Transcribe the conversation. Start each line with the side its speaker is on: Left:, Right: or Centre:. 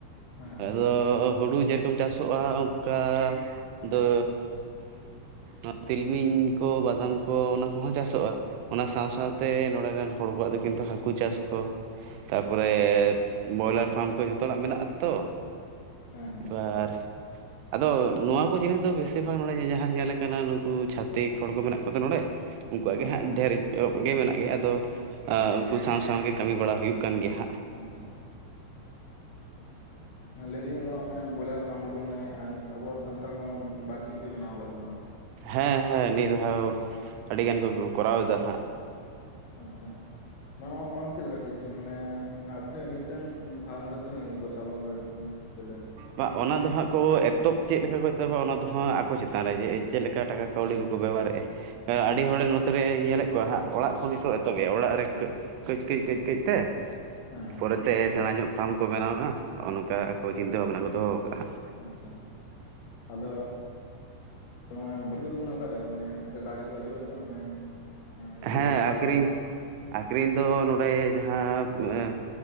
Left: ᱦᱮᱸ ᱦᱮᱸ
Right: ᱟᱫᱚ ᱦᱩᱲᱩ ᱡᱮᱨᱚᱠᱚᱢ ᱪᱟᱥᱚᱜᱼᱟ ᱚᱱᱠᱟ ᱫᱚ ᱱᱚᱣᱟ ᱛᱤᱞᱢᱤᱧ ᱠᱚ, ᱵᱟᱫᱟᱢ ᱠᱚ, ᱚᱱᱟ ᱠᱚᱦᱚᱸ ᱪᱟᱥᱚᱜᱼᱟ ᱚᱱᱟ᱾ ᱥᱟᱶ ᱥᱟᱶᱛᱮ ᱱᱚᱰᱮᱨᱮᱱ ᱦᱚᱲ ᱠᱚᱣᱟᱜ ᱫᱚ ᱠᱤᱱᱛᱩ ᱦᱟᱹᱠᱩ ᱪᱟᱥ ᱠᱚ ᱛᱟᱯᱚᱨᱮ ᱵᱚᱭᱞᱟᱨ ᱯᱷᱟᱨᱟᱢ ᱠᱚ ᱡᱷᱚᱛᱚ ᱦᱚᱲᱟᱜ ᱢᱮᱱᱟᱜ-ᱟ ᱛᱚ᱾
Left: ᱦᱮᱸ ᱦᱮᱸ
Right: ᱵᱟ ᱟᱨ ᱟᱫᱚ ᱱᱚᱣᱟ ᱠᱚ ᱡᱤᱱᱤᱥ ᱫᱚ ᱵᱮᱥᱤᱨ ᱵᱷᱟᱜᱽ ᱱᱚᱰᱮ ᱡᱟᱦᱟᱸ ᱧᱮᱞ ᱟᱠᱟᱱᱟ ᱱᱩᱠᱩ ᱪᱷᱟᱛᱤᱠ ᱦᱚᱲ ᱠᱚ ᱢᱮᱱᱟᱜ ᱠᱚᱣᱟ ᱛᱚ ᱱᱚᱰᱮ᱾ ᱩᱱᱠᱩᱣᱟᱜ
Left: ᱦᱮᱸ
Right: ᱜᱮ ᱦᱟᱸᱜ ᱰᱷᱮᱨ ᱧᱚᱜ ᱜᱮ ᱢᱮᱱᱟᱜ ᱜᱮᱭᱟ ᱟᱫᱚ ᱟ ᱩᱱᱠᱩ ᱥᱟᱶ ᱥᱟᱶ ᱜᱮ ᱠᱟᱹᱢᱤ ᱵᱟᱲᱟ ᱦᱩᱭᱩᱜ ᱠᱟᱱ ᱜᱮᱭᱟ ᱦᱟᱸᱜ᱾
Left: ᱟᱪᱪᱷᱟ ᱞᱟᱹᱭᱫᱤᱧ ᱟᱫᱚ ᱚᱱᱮ ᱵᱚᱭᱞᱟᱨ ᱚᱱᱟ ᱠᱚᱫᱚ ᱢᱟᱱᱮ ᱮ ᱟᱵᱚᱣᱟᱜ ᱥᱟᱱᱛᱟᱲ ᱢᱟ ᱵᱟᱹᱲᱛᱤ ᱯᱮ ᱵᱮᱱᱟᱣ ᱟᱠᱟᱫ ᱠᱚᱣᱟ᱾
Right: ᱦᱮᱸ ᱦᱮᱸ ᱱᱤᱭᱟᱹᱷᱟᱣ ᱟᱹᱰᱤ ᱜᱟᱱ ᱜᱮᱠᱩ ᱠᱚᱨᱟᱣ ᱮᱫᱟ ᱦᱟᱸᱜ᱾
Left: ᱟᱪᱪᱷᱟ᱾ ᱢᱟᱱᱮ ᱚᱱᱟ ᱚᱱᱟ ᱫᱚ ᱪᱮᱫ ᱞᱮᱠᱟ ᱥᱤᱥᱴᱮᱢ ᱢᱟᱱᱮ ᱟᱨ ᱛᱤᱱᱟᱹᱜ ᱢᱤᱫᱴᱟᱝ ᱯᱷᱟᱨᱢ ᱨᱮ ᱛᱤᱱᱟᱹᱜ ᱜᱟᱱ ᱠᱚ ᱥᱟᱦᱚᱵ-ᱟ ᱵᱚᱞᱮ
Right: ᱵᱟ ᱚᱱᱟ ᱫᱚ ᱦᱟᱸᱜ ᱠᱚ ᱮᱛᱚᱵ ᱪᱮᱫ ᱞᱮᱠᱟ ᱠᱚ ᱛᱚᱵᱟ ᱚᱱᱟ ᱫᱚ ᱦᱟᱸᱜ ᱟᱠᱚ ᱪᱮᱛᱟᱱ ᱨᱮ ᱡᱮ ᱪᱮᱫ ᱞᱮᱠᱟ ᱴᱟᱠᱟ ᱠᱟᱹᱣᱰᱤ ᱠᱚᱠᱚ ᱵᱮᱣᱦᱟᱨᱮᱮᱫ-ᱟ᱾ ᱟᱹᱰᱤ ᱦᱚᱲ ᱱᱚᱛᱮᱨᱮ ᱧᱮᱞᱮᱫ ᱠᱚᱣᱟ ᱦᱟᱸᱜ ᱚᱲᱟᱜ ᱠᱷᱚᱱ ᱜᱮᱠᱚ ᱮᱛᱚᱵᱮᱜ-ᱟ᱾ ᱚᱲᱟᱜ ᱨᱮ ᱠᱟᱹ ᱠᱟᱹᱡ ᱠᱟ. ᱡ ᱠᱟ. ᱡ ᱠᱟ. ᱡᱛᱮ
Left: ᱦᱮᱸ ᱦᱮᱸ
Right: ᱯᱚᱨᱮᱛᱮ ᱥᱮᱬᱟᱸ ᱧᱚᱜ ᱯᱷᱟᱨᱢ ᱠᱚ ᱵᱮᱱᱟᱣᱟ ᱦᱚᱸᱜ-ᱚ ᱱᱚᱝᱠᱟ ᱟᱠᱚ ᱪᱤᱱᱛᱟᱹ ᱵᱷᱟᱵᱽᱱᱟ ᱠᱚ ᱫᱚᱦᱚᱣ ᱟᱠᱟᱜ-ᱟ ᱦᱟᱸᱜ᱾
Left: ᱟᱪᱪᱷᱟ᱾ ᱟᱫᱚ <unintelligible> ᱢᱟᱱᱮ ᱚᱠᱟᱨᱮ ᱢᱟᱱᱮ ᱟᱝᱠᱟ ᱜᱟᱹᱰᱤ ᱠᱚ ᱦᱤᱡᱩᱜ ᱟᱥᱮ ᱢᱟᱱᱮ
Right: ᱦᱮᱸ
Left: ᱮᱭ ᱦᱟᱴ
Right: ᱟᱹᱠᱷᱨᱤᱧ
Left: ᱵᱟᱴ
Right: ᱟᱹᱠᱷᱨᱤᱧ ᱫᱚ ᱱᱚᱸᱰᱮ ᱡᱟᱦᱟᱸ ᱮᱸ